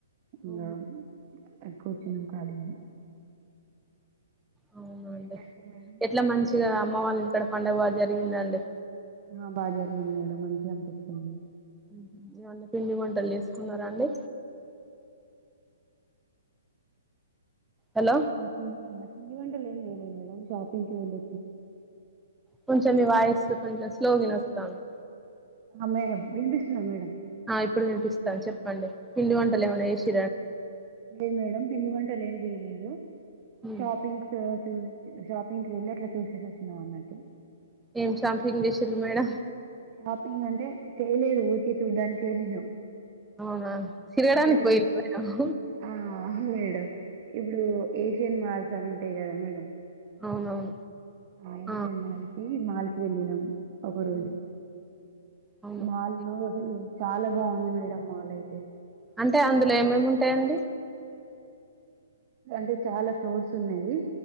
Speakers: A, on the right; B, in the centre.
A: ఇంగా
B: ఉహు
A: అకోచిన్ ఖాళీగానే
B: అవునండి
A: మీరేం చేస్తుర్రు మేడం
B: ఎట్లా మంచిగా అమ్మ వాళ్ళ అక్కడ పండుగ బాగా జరిగిందాండి
A: ఆ బాజరిగింది మేడమ్ మంచిగనిపించింది
B: ఉహు ఏవన్న పిండి వంటలు చేసుకున్నారా అండి హలో
A: షాపింగ్ పిండివంటలేం చేయలేము మేడమ్ షాపింగ్ కి వెల్
B: కొంచెం మీ వాయిస్ కొంచెం స్లో గినోస్తాంది
A: హ మేడమ్ వినిపిసస్తుందా మేడం
B: ఆ ఇప్పుడు వినిపిస్తంది చెప్పండి పిండి వంటలేమన్నా
A: ఆ
B: చేసిరా
A: లేదు మేడమ్ పిండి వంటలు ఏమిచేయలేదు
B: ఉమ్
A: షాపింగ్స షాపింగ్ కి వెళ్ళి అట్లా చూసేసి వచ్చినాం అన్నట్టు
B: ఎమ్ షాపింగ్ చేసిర్రు మేడమ్
A: షాపింగంటే చేయలేదు ఊరికే చూడ్డానికి వెళ్ళినాం
B: అవునా తిరగడానికి
A: అంటే అక్కడ
B: పోయిర్ర మేడమ్
A: ఆ అవును మేడం ఇప్పుడు ఏషియన్ మాల్స్ అని ఉంటాయి కదా మేడం
B: అవునవును
A: హా ఏష్న్మాలకి
B: ఆ
A: మాల్ కి వెళ్ళినాం ఒక
B: హ్మ్.
A: రోజు
B: అవును
A: మాల్లో అసలు చాలా బాగుంది మేడమ్ మాలైతే
B: అంటే అందులో ఏమేముంటాయండి
A: అంటే చాలా ఫ్లోర్స్ ఉన్నయి